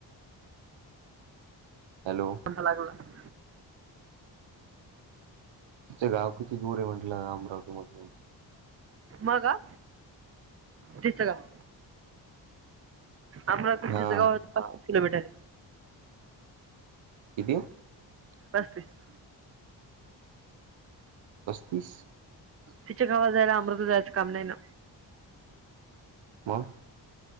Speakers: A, on the right; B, on the right.
A: हॅलो.
B: <unintelligible> <unintelligible>
A: तुमचं गावं किती दूंर आहे म्हटलं अमरावती मधूंन.
B: मंग आं तिथं जाऊं. आमरावती तुम्हीं
A: हा
B: गावं किती किलोमीटर आहे.
A: किती
B: पस्तीस
A: पस्तीस.
B: तिच्यां गावांला जायलां अमरावती जायचं कामं नाहीं नं
A: मंग